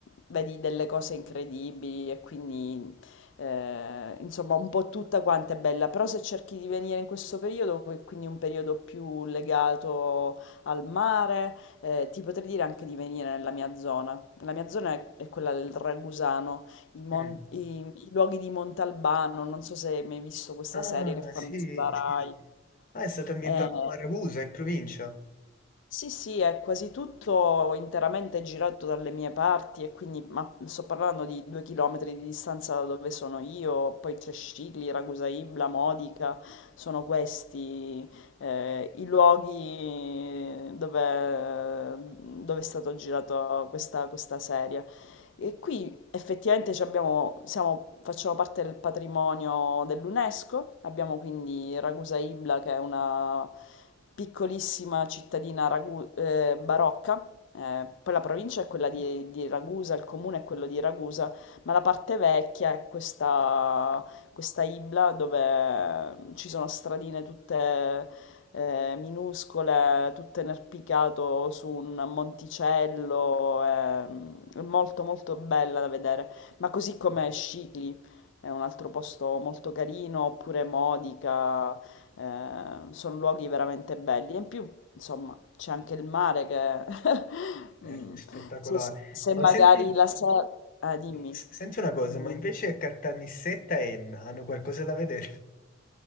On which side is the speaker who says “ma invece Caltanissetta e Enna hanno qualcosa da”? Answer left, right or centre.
Left